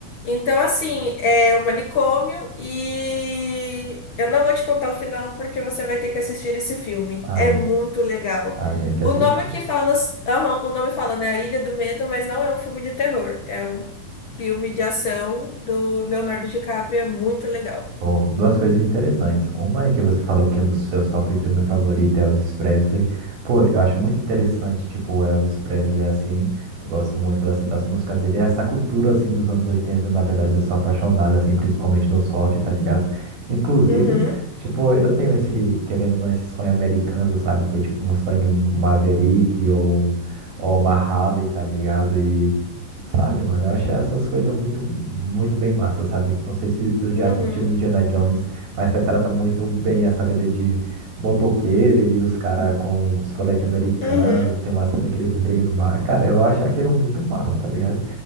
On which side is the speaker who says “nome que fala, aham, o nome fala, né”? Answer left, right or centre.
Left